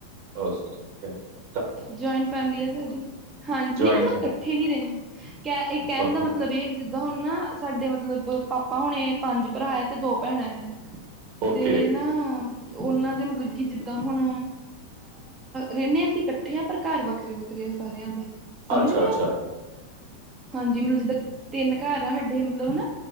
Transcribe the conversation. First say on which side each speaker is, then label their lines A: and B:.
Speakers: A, on the right (about 50°); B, on the right (about 20°).
A: ਹ
B: ਜੁਇਨ ਫੈਮਲੀ ਆ ਸਾਡੀ ਹਾਂਜੀ
A: ਜੁਆਇੰਟ
B: ਨਹੀਂ ਮਤਲਬ ਇਕੱਠੇ ਨਹੀਂ ਰਹਿੰਦੇ ਕਹਿਣ
A: ਓਕੇ
B: ਦਾ ਮਤਲਬ, ਬਰੇਕ ਜਿੱਦਾਂ ਹੁਣ ਨਾ ਸਾਡੇ ਮਤਲਬ ਪਾਪਾ ਹੁਣੇ ਪੰਜ ਭਰਾ ਆ ਤੇ ਦੋ ਭੈਣਾਂ ਆ,
A: ਓਕੇ
B: ਤੇ ਨਾ, ਉਹਨਾਂ ਦੇ ਮਤਲਬ ਕੀ ਜਿੱਦਾਂ ਹੁਣ ਰਹਿਣੇ ਅਸੀਂ ਇਕੱਠੇ ਆ ਪਰ ਘਰ ਵੱਖਰੇ ਵੱਖਰੇ ਆ ਸਾਰਿਆਂ ਦੇ ਸਮਝ
A: ਅੱਛਾ
B: ਰਹਿਉ
A: ਅੱਛਾ
B: ਹਾਂਜੀ ਮਤਲਬ ਜਿੱਦਾਂ ਤਿੰਨ ਘਰ ਆ ਸਾਡੇ ਮਤਲਬ ਹਨਾ